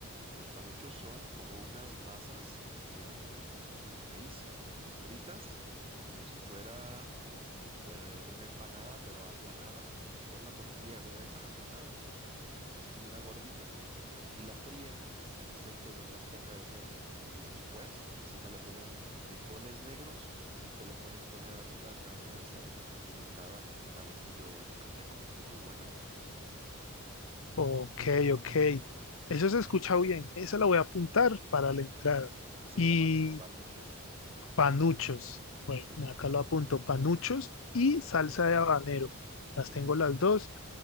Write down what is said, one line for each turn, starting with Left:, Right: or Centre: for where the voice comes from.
Right: Los panuchos son como unas masas de, de- de maíz fritas, como si fuera eh, una empanada, pero aplanada, como si fuera una tortilla gruesa aplanada así como una gordita, y la fríen en aceite o en manteca de cerdo. Y después encima le ponen frijoles negros y te le pueden poner arriba carne de cerdo condimentada al estilo yucateco. Es muy buena.
Left: Ok, ok. Eso se escucha bien. Esa la voy a apuntar para la entrada.
Right: Se
Left: Y
Right: llaman panuchos.
Left: panuchos. Bueno,
Right: Sí,
Left: acá lo apunto. Panuchos y
Right: ujú,
Left: salsa de habanero. Las
Right: sí,
Left: tengo
Right: buenísimo.
Left: las dos.